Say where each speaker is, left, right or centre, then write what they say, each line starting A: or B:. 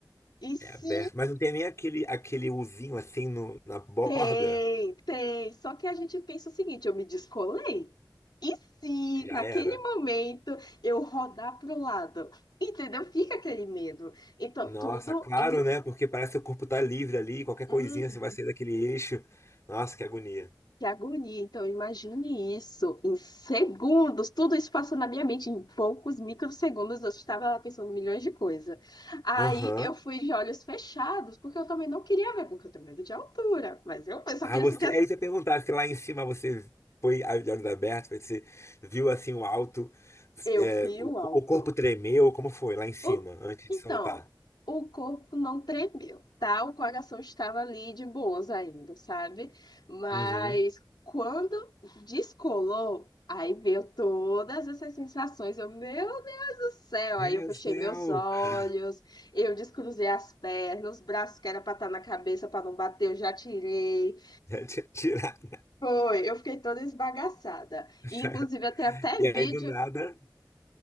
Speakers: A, on the left (about 65°); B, on the left (about 40°).
A: E se
B: É aberto, mas não tem nem aquele, aquele uzinho assim no- na borda.
A: tem, tem. Só que a gente pensa o seguinte, eu me descolei. E se
B: Já
A: naquele
B: era.
A: momento eu rodar pro lado? Entendeu? Fica aquele medo. Então,
B: Nossa,
A: tudo
B: claro,
A: em.
B: né? Porque parece que o corpo tá livre ali, qualquer
A: Uhum.
B: coisinha você vai sair daquele eixo. Nossa, que agonia.
A: Que agonia. Então, imagine isso em segundos. Tudo isso passou na minha mente em poucos microsegundos. Eu estava lá pensando milhões de coisas. Aí
B: Aham.
A: eu fui de olhos fechados, porque eu também não queria ver, porque eu tenho medo de altura. Mas eu, eu só
B: Ah,
A: queria
B: você.
A: sentir assim.
B: Aí você ia perguntar se lá em cima você foi a- de olhos abertos, você viu assim o alto,
A: Eu
B: é,
A: vi
B: o,
A: o alto.
B: o corpo tremeu, como foi lá em cima,
A: O-
B: antes
A: Então,
B: de soltar?
A: o corpo não tremeu, tá? O coração estava ali de boas ainda, sabe? Mas
B: Uhum.
A: quando descolou, aí veio todas essas sensações. Eu, meu Deus do céu!
B: Meu
A: Aí eu fechei
B: céu!
A: meus olhos,
B: <laughs>
A: eu descruzei as pernas, os braços que era pra estar na cabeça pra não bater, eu já tirei.
B: Já tinha tirado.
A: Foi, eu fiquei toda esbagaçada.
B: <laughs>
A: E, inclusive, até até
B: E
A: vídeo
B: aí do nada.